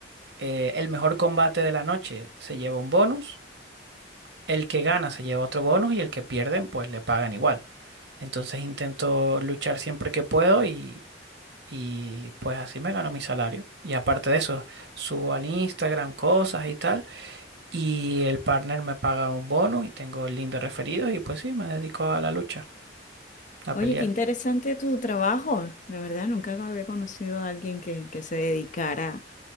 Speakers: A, on the right (about 60°); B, on the left (about 40°).
A: Eh, el mejor combate de la noche se lleva un bonus El que gana se lleva otro bonus y el que pierden pues le pagan igual. Entonces intento luchar siempre que puedo y, y pues así me gano mi salario. Y aparte de eso, subo al Instagram cosas y tal. Y el partner me paga un bonus y tengo el link de referidos y pues sí, me dedico a la lucha, a
B: Oye,
A: pelear.
B: qué interesante tu trabajo. La verdad, nunca había conocido a alguien que, que se dedicara